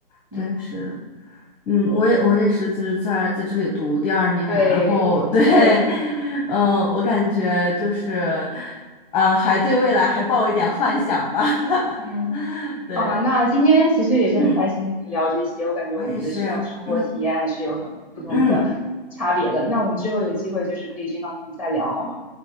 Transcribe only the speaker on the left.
对，是
嗯，我也我也是，就是在在这里读第二年，
然后对，
<laughs> 嗯，我感觉就是，呃，还对未来还抱一点幻想吧。
<laughs> 对，
嗯，
我也是，嗯嗯，